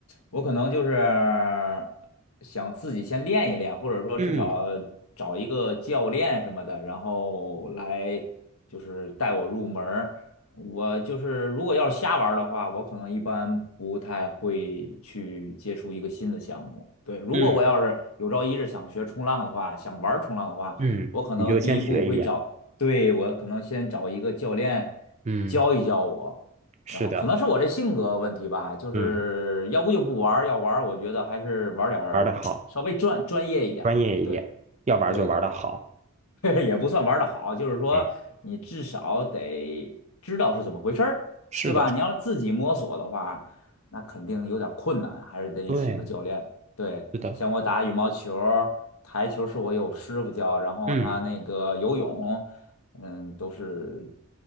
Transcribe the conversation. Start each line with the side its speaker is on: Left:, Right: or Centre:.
Left: 我可能就是想自己先练一练，或者说至少
Right: 嗯
Left: 找一个教练什么的，然后来就是带我入门儿。我就是如果要是瞎玩儿的话，我可能一般不太会去接触一个新的项目。对，如果我要是有朝一日想学冲浪的话，
Right: 嗯
Left: 想玩儿冲浪的话，
Right: 嗯，
Left: 我可能第一步会找。
Right: 你就先学一遍。
Left: 对，我可能先找一个教练
Right: 嗯，
Left: 教一教我，
Right: 是的，
Left: 然后可能是我这性格问题吧，就是要不就不玩儿要玩儿我觉得还是玩儿点儿
Right: 嗯，玩的好，
Left: <tsk> 稍微专专业一点儿的。
Right: 专业一点，
Left: 对，
Right: 要玩就玩的好。
Left: 对对对。<laughs> 也不算玩的好，就是说你至少得知道是怎么回事儿，
Right: 嗯，是的，
Left: 对吧？你要是自己摸索的话，那肯定有点儿困难，还是得请个教练。
Right: 对，
Left: 对，
Right: 是的，
Left: 像我打羽毛球儿台球是我有师傅教，然后他那个游泳，
Right: 嗯，
Left: 嗯，都是